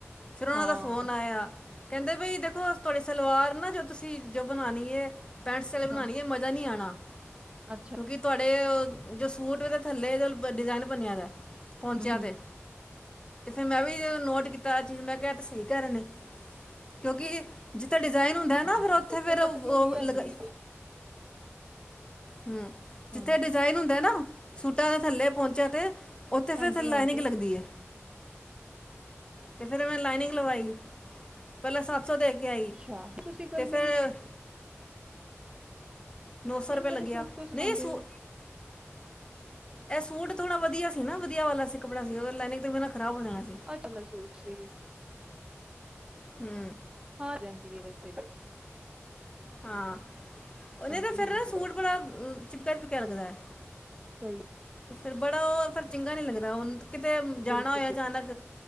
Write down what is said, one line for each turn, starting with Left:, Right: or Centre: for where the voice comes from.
Left: ਫਿਰ ਉਹਨਾਂ
Right: ਹਾਂ
Left: ਦਾ ਫੋਨ ਆਇਆ ਕਹਿੰਦੇ ਬਈ ਦੇਖੋ ਤੁਹਾਡੀ ਸਲਵਾਰ ਨਾ ਜੋ ਤੁਸੀਂ ਜੋ ਬਣਾਉਣੀ ਹੈ ਪੈਂਟਸ ਵਾਲੇ ਬਣਾਉਣੀ
Right: ਹਾਂ
Left: ਇਹ ਮਜ਼ਾ ਨਹੀਂ ਆਉਣਾ
Right: ਅੱਛਾ
Left: ਕਿਉਂਕਿ ਤੁਹਾਡੇ ਏ ਜੋ ਸੂਟ ਦਾ ਥੱਲੇ ਡਿਜ਼ਾਇਨ ਬਨਿਆ ਦਾ ਹੈ ਪਹੁੰਚਿਆ
Right: ਹਮ ਹਮ
Left: ਤੇ ਤੇ ਫਿਰ ਮੈਂ ਵੀ ਨੋਟ ਕੀਤਾ ਆਹ ਚੀਜ਼ ਮੈਂ ਕਿਹਾ ਤੇ ਸਹੀ ਕਰਹਿ ਰਹੇ ਨੇ ਕਿਉਂਕਿ ਜੀਥੇ ਡੀਜ਼ਾ ਈਨ ਹੁੰਦਾ ਨਾ
Right: ਹਾਂ
Left: ਫਿਰ ਉੱਥੇ
Right: ਵਿੱਚੋਂ
Left: ਫੇਿਰ
Right: ਕੱਟਦੀ
Left: ਉਹ
Right: ਵੀ ਹੈਗੀ
Left: ਲਗਾਈ
Right: ਹੈ
Left: ਹਮ
Right: ਹਾਂ
Left: ਜਿੱਥੇ ਡਿਜਾਇਨ ਹੁੰਦਾ ਹੈ ਨਾ ਸੂਟਾਂ ਦੇ ਥੱਲੇ ਪਹੁੰਚ ਆਂ ਤੇ ਉੱਥੇ ਫਿਰ
Right: ਹਾਂਜੀ-ਹਾਂਜੀ
Left: ਥੱਲੇ ਲਾਈਨਿਂਗ ਲੱਗਦੀ ਹੈ ਤੇ ਫੇਰ ਮੈਂ ਲਾਈਨਿੰਗ ਲਵਾਈ ਪਹਿਲਾਂ ਸੱਤ ਸੌ ਦੇ ਕੇ ਆਈ
Right: ਛਾ। ਤੁਸੀਂ ਗਰਮੀ
Left: ਤੇ ਫਿਰ
Right: ਵਿੱਚ
Left: ਨੌ ਸੌ
Right: ਨੀਂਗ
Left: ਰੁਪਇਆ
Right: ਵਾਲੇ
Left: ਲੱਗਿਆ
Right: ਸੂਟ ਕਿਉਂ ਸਵਾਉਂਦੇ
Left: ਨਹੀਂ ਸੂ
Right: ਹੋ
Left: ਇਹ ਸੂਟ ਥੋੜਾ ਵਧੀਆ ਸੀ ਨਾ ਵਧੀਆ ਵਾਲਾ ਕੱਪੜਾ ਸੀ ਉਹ ਲਾਈਨਿੰਗ ਤੋਂ ਬਿਨਾਂ ਖਰਾਬ ਹੋ ਜਾਣਾ ਸੀ
Right: ਅੱਜ ਮੈਂ ਸੂਟ ਸੀ
Left: ਹੂ
Right: ਆ ਜਾਂਦੀ ਐ ਵੈਸੇ
Left: ਹਾਂ
Right: ਹਾਂਜੀ-ਹਾਂਜੀ
Left: ਉਹਨੇ ਤਾਂ ਫਿਰ ਨਾ ਸੂਟ ਬਣਾ <unintelligible> <unintelligible>
Right: ਕੋਈ
Left: ਫਿਰ ਬੜਾ ਉਹ ਫਿਰ ਚੰਗਾ ਨੀ ਲੱਗਦਾ <unintelligible> ਕਿਤੇ ਜਾਣਾ
Right: ਬਿਲਕੁਲ
Left: ਹੋਇਆ ਅਚਾਨਕ